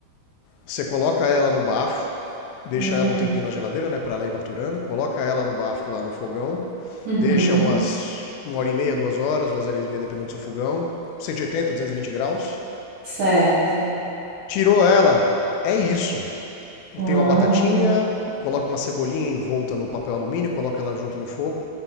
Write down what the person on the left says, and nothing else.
você coloca ela no bafo, deixa
ela um tempinho na geladeira, né, para ela ir maturando, coloca ela no bafo lá no fogão,
deixa umas uma hora e meia, duas horas, duas horas e meia, dependendo do seu fogão, cento e oitenta duzentos e vinte graus.
Tirou ela, é isso.
Tem uma batatinha, coloca uma cebolinha envolta no papel alumínio, coloca ela junto no fogo,